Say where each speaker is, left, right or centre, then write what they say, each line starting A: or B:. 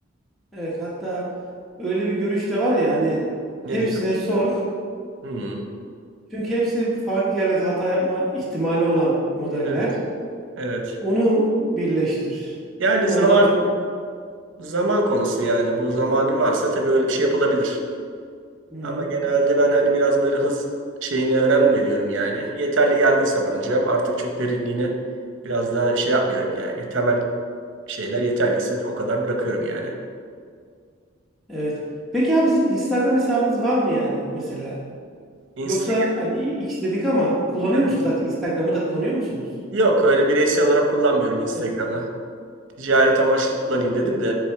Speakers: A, in the centre; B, on the right.
A: Evet hatta öyle bir görüş de var ya hani hepsine
B: Ne diyor?
A: sor.
B: Hmm,
A: Çünkü hepsi farklı yerlerde hata yapma ihtimali olan modeller.
B: Evet, evet.
A: Onu birleştir.
B: Yani
A: Oradan
B: zamanın
A: bir...
B: zaman konusu yani bu zamanın varsa tabii öyle bir şey yapılabilir.
A: şey- Hı
B: Ama
A: hı.
B: genelde ben hani biraz böyle hız şeyine önem veriyorum yani. Yeterli geldiyse bana cevap artık çok derinliğine biraz daha şey yapmıyorum yani. Temel şeyler yeterliyse de o kadar bırakıyorum yani.
A: Evet. Peki abi sizin Instagram hesabınız var mı yani mesela?
B: Instagram
A: Yoksa hani X dedik ama kullanıyor
B: evet.
A: musunuz? Artık Instagram'ı da kullanıyor musunuz?
B: Yok öyle bireysel olarak kullanmıyorum Instagram'ı.
A: Evet.
B: Ticaret amaçlı kullanayım dedim de